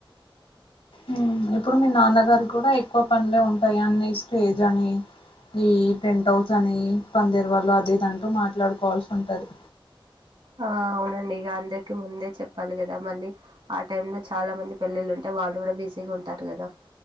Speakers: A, on the left; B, on the right.
A: ఉమ్ ఇప్పుడు మీ నాన్నగారు కూడా ఎక్కువ పనులే ఉంటాయి అన్ని స్టేజ్ అని ఈ టెంట్ హౌస్ అని పందేరు వాళ్ళు అదిదంటూ మాట్లాడుకోవాల్సి ఉంటది
B: ఆ అవునండి ఇక అందరికి ముందే చెప్పాలి కదా మళ్ళీ ఆ టైమ్ లో చాలా మంది పెళ్ళిళ్ళుంటే వాళ్ళు కూడా బిజీగా ఉంటారు కదా